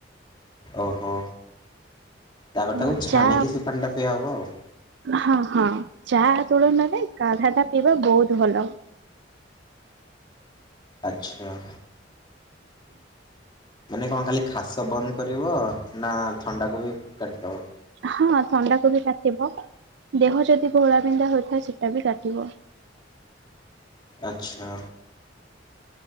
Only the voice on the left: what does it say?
ଓହୋ। ତାପରେ ତାକୁ
ଛାଣିକି
ସେ ପାଣି ଟା ପିଆହ ହବ ଆଉ।
ଆଚ୍ଛା। ମାନେ କଣ ଖାଲି ଖାସ ବନ୍ଦ କରିବ ନା ଥଣ୍ଡାକୁ ବି କାଟିଦବ?
ଆଚ୍ଛା